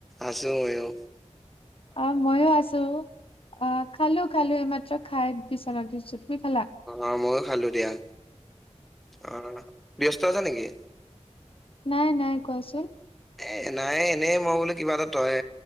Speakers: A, in the centre; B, on the left.
A: আছো মইও
B: অ মইও আছো। অ খালো খালো এইমাত্ৰ খাই বিচনাত উঠিছো। তুমি খালা
A: অ মইয়ো খালো দিয়া। অ ব্যস্ত আছা নেকি?
B: নাই নাই কোৱাচোন।
A: এ নাই এনেই মই বোলো কিবা এটা তই